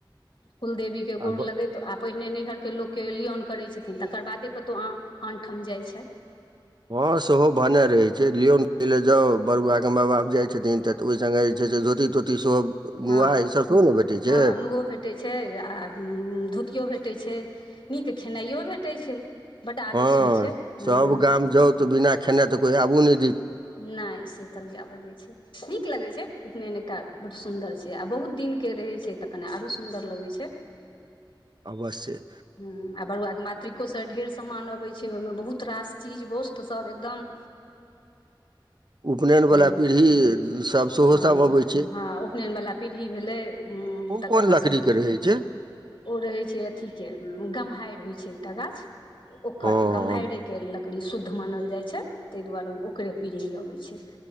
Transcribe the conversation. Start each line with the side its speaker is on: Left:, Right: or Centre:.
Left: कुल देवी के गोड़
Right: आ ब-
Left: लगेत आ पहिने नैहर के लोकके लिऑन करै छथिन तकर बादे कतौ आनठाम जाइ छथि।
Right: हँ सेहो भने रहैत छै लियौन करै लेए जाउ बरुआके माय-बाप जाइत छथिन तऽऽ ओहि सङ्गे जे छै से धोती-तोती सेहो
Left: हाँ,
Right: नुआ ईसभ सेहो ने भेटै
Left: हाँ
Right: छै
Left: नुओ भेटै छै आ उम्म धोतियो भे टै छै, नीक खेनाइयो भेटै छै। बड्ड आवेश
Right: हाँ
Left: होइ छै हूँ
Right: सब गाम जौउ तऽ बिना खेना ते कोई आबू ने।
Left: नहि से कनी आबे दै छै। नीक लगै छै उपनयन एकटा बड्ड सुन्दर छै आ बहुत दिनके रहै छै तऽ कने आरो सुन्दर लगै छै।
Right: अवश्य।
Left: ह्म्म आ बरुआ के मातृको से ढेर समान अबै छै, ओय मे बहुत रास चीज, वस्त्र सब एगदम
Right: उपनयनवला
Left: ह्म्म,
Right: पीढ़ी सभ सेहो
Left: हाँ
Right: सभ अबै छै
Left: हाँ उपनैन बला पीढ़ी भेलै, उम्म
Right: ओ
Left: तकर
Right: कोन
Left: बाद
Right: लकड़ीके
Left: से
Right: रहै छै
Left: ओ रहै छै अथी गम्हाएर होय छै एकटा गाछ।
Right: हँ
Left: ओकर गम्हाएरे के ल कड़ी शुद्ध मानल जाय छै तै दुआरे उ ओकरे पीढ़ी अबै छै।